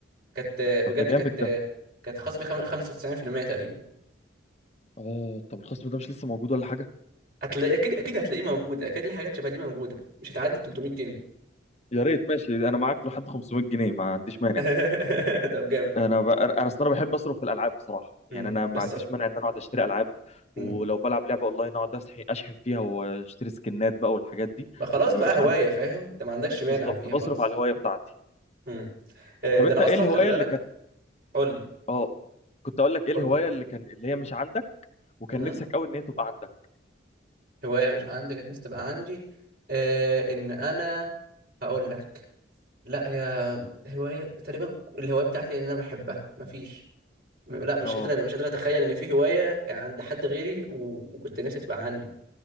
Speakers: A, on the right; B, on the left.
A: كانت
B: طب
A: بجد
B: ده جامد
A: كانت
B: ده
A: كانت خصم خم- 95% تقريبا
B: اه طب الخصم ده مش لسه موجود ولا حاجه
A: هتلاقي اكيد اكيد هتلاقيه موجود اكيد الحاجات شبه دي موجوده مش هتعدي 300 جنيه
B: يا ريت ماشي انا معاك لحد 500 جنيه ما عنديش مانع
A: <laughs> طب جامد
B: انا ب... انا اصلا انا بحب اصرف في الالعاب بصراحه يعني
A: امم
B: انا ما
A: بس
B: عنديش مانع ان انا اقعد اشتري العاب ولو
A: امم
B: بلعب لعبه اونلاين اقعد أسح- اشحن فيها واشتري سكنات بقى والحاجات دي
A: بقى خلاص
B: ما بيبقاش
A: بقى هوايه
B: عندي
A: فاهم انت ما عندكش مانع
B: بالظبط
A: فيها
B: بصرف
A: خالص
B: على الهوايه بتاعتي
A: امم ده
B: طب انت
A: انا
B: ايه
A: اصلا
B: الهوايه
A: خلي بالك
B: اللي كانت
A: قول لي
B: اه كنت اقول لك ايه
A: قول
B: الهوايه
A: لي
B: اللي كان اللي هي مش عندك وكان
A: امم
B: نفسك قوي ان هي تبقى عندك
A: هوايه مش عندي كانت نفسي تبقى عندي آه ان انا هقول لك لا هي هواية تقريبا الهواية بتاعتي اللي أنا بحبها مفيش م- لا مش
B: اه
A: قادرة مش قادرة أتخيل إن في هواية عند حد غيري و- وكنت نفسي تبقى عندي